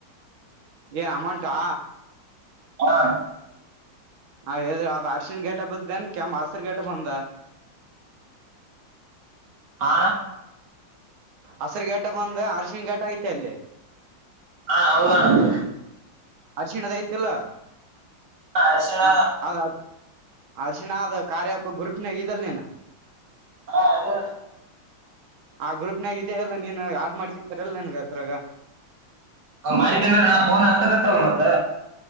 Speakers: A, on the right (about 80°); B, on the right (about 55°).
A: ಏ ಅಮೌಂಟಾ.
B: ಅಣ್ಣ ಹಾ
A: ಹ ಅದ್ ಅರ್ಶಿನ್ ಗೇಟ ಬದಏನ್ ಕೆಮ್ಮ ಹಸಿರು ಗೇಟ ಬಂದ.
B: ಹ.
A: ಹಸರು ಗೇಟ ಬಂದ ಅರ್ಶಿಿನಿ ಗೇಟ ಐತೆ ಅಲ್ಲಿ.
B: ಹಾ ಹೌದ ಅಣ್ಣ.
A: ಅರಿಶಿಣದ ಐತಿ ಇಲ್ಲೋ.
B: ಹಾ ಅರ್ಶಿಣ
A: ಹ ಅದ ಅ ಅರಿಶಿನ ಅದ ಕಾರ್ಯ ಆಪ್ ಗ್ರೂಪ್ನ್ಯಾಗ್ ಅದಿ ಇಲ್ಲೋ ನೀನ.
B: ಹಾ ಅದು
A: ಆ ಗ್ರೂಪ್ನಾಗ ಇದದೆ ಎಲ್ಲ ನೀನು ಯ್ದ ಮಾಡ್ಕಂದ ಎಲ್ಲ ನನ್ಗ ಅದ್ರಾಗ.
B: ಹ ಮಾಡಿಕನ್ನಾ ಫೋನ್ ಹತ್ತಗತ್ತವಲ್ ಮತ್ತ.